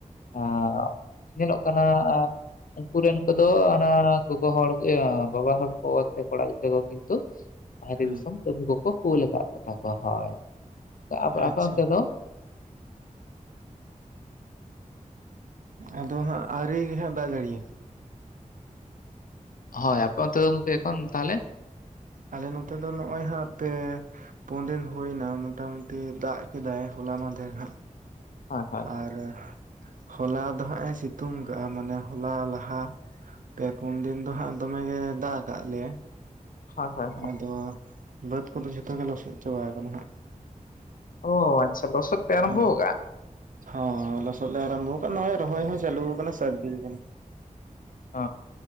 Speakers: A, on the left; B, on the right.
A: ᱟ ᱧᱮᱞᱚᱜ ᱠᱟᱱᱟ ᱟᱨᱼᱼ ᱩᱝᱠᱩ ᱨᱮᱱ ᱠᱚᱫᱚ ᱟᱱᱟ ᱜᱚᱜᱚ ᱦᱚᱲᱜᱮ, ᱤᱭᱟᱹ ᱵᱟᱵᱟ ᱦᱚᱲ ᱠᱚ ᱥᱮ ᱠᱚᱲᱟ ᱜᱤᱫᱽᱨᱟᱹ ᱠᱚ ᱠᱤᱱᱛᱩᱼᱼ ᱵᱟᱦᱨᱮ
B: ᱦᱮᱸ
A: ᱫᱤᱥᱚᱢ ᱠᱟᱹᱢᱤ ᱠᱚᱠᱚ ᱠᱩᱞ ᱠᱟᱜ ᱠᱚᱛᱟ ᱠᱚᱣᱟ ᱦᱚᱭ, ᱟᱯᱮ
B: ᱟᱪᱪᱷᱟ
A: ᱟᱯᱮ ᱚᱱᱛᱮ ᱫᱚ?
B: ᱟᱫᱚ ᱦᱟᱸᱜ ᱟᱹᱣᱨᱤ ᱜᱮ ᱦᱟᱸᱜ ᱫᱟᱜ ᱡᱟᱹᱲᱤᱭᱟ
A: ᱦᱚᱭ ᱟᱯᱮ ᱚᱱᱛᱮ ᱫᱚ ᱜᱚᱝᱠᱮ ᱮᱠᱷᱚᱱ ᱛᱟᱦᱚᱞᱮᱼᱼ
B: ᱟᱞᱮ ᱱᱚᱛᱮ ᱫᱚ ᱱᱚᱜᱼᱚᱭ ᱦᱟᱯᱮᱼᱼ ᱯᱩᱱ ᱫᱤᱱ ᱦᱩᱭ ᱮᱱᱟ ᱢᱚᱴᱟᱢᱚᱴᱤ ᱫᱟᱜ ᱠᱮᱫᱟᱭ ᱦᱚᱞᱟ ᱢᱟᱦᱫᱷᱮᱨ ᱦᱟᱸᱜᱼᱼ
A: <unintelligible>
B: ᱟᱨ ᱦᱚᱞᱟ ᱫᱚ ᱦᱟᱸᱜ ᱮ ᱥᱤᱛᱩᱝ ᱠᱟᱜᱼᱟ। ᱢᱟᱱᱮ ᱦᱚᱞᱟ ᱞᱟᱦᱟ ᱯᱮ ᱯᱩᱱ ᱫᱤᱱ ᱫᱚ ᱦᱟᱸᱜ ᱫᱚᱢᱮ ᱜᱮ ᱫᱟᱜ ᱠᱟᱜ ᱞᱮᱭᱟ।
A: ᱦᱳᱭ ᱦᱳᱭ
B: ᱟᱫᱚ ᱵᱟᱹᱫᱽ ᱠᱚᱫᱚ ᱡᱷᱚᱛᱚ ᱜᱮ ᱞᱚᱥᱚᱫ ᱪᱟᱵᱟ ᱠᱟᱱᱟ ᱦᱟᱸᱜ।
A: ᱚ ᱟᱪᱪᱷᱟ ᱞᱚᱥᱚᱥᱚᱫ ᱯᱮ ᱟᱨᱚᱢᱵᱷᱚ
B: ᱟᱫᱚ
A: ᱠᱟᱜᱼᱟ?
B: ᱦᱚᱸ ᱞᱚᱥᱚᱫ ᱞᱮ ᱟᱨᱟᱢᱵᱷᱚ ᱠᱟᱜᱼᱟ᱾ ᱱᱚᱜ ᱚᱭ ᱨᱚᱦᱚᱭ ᱦᱚᱸ ᱪᱟᱹᱞᱩ ᱟᱠᱟᱱᱟ ᱥᱟᱛ ᱫᱤᱱ ᱜᱟᱱ
A: ᱚ,